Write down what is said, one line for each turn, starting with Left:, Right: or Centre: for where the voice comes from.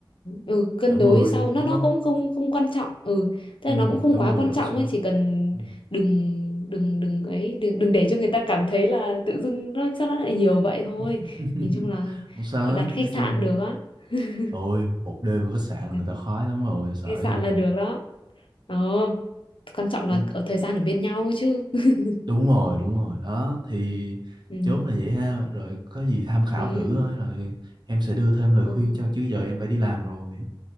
Left: ừ, cân
Right: cỡ mười
Left: đối sau nó
Right: đúng
Left: nó
Right: không?
Left: cũng không không quan trọng. Ừ, tức
Right: Ừ,
Left: là nó cũng không
Right: cỡ
Left: quá
Right: 10
Left: quan
Right: đổ
Left: trọng
Right: xuống.
Left: ấy, chỉ cần
Right: Ừ.
Left: đừng đừng đừng ấy đừng đừng để cho người ta cảm thấy là tự dưng nó sao nó lại nhiều vậy thôi.
Right: <laughs>
Left: Nhìn chung là
Right: Không sao
Left: đặt
Right: hết,
Left: khách
Right: nói chung
Left: sạn được á. <laughs>
Right: Ôi, một đêm ở khách sạn là
Left: Đặt
Right: người ta khoái lắm rồi, sợ
Left: khách
Right: gì.
Left: sạn là được đó. Ờ, quan trọng
Right: Ừ,
Left: là ở thời gian ở bên nhau chứ. <laughs>
Right: Đúng rồi, đúng rồi. Đó, thì
Left: Ừ,
Right: chốt là vậy ha. Rồi có gì tham khảo
Left: ừ.
Right: thử thôi, rồi em sẽ đưa thêm lời khuyên
Left: Ok.
Right: cho chứ giờ em phải đi làm rồi.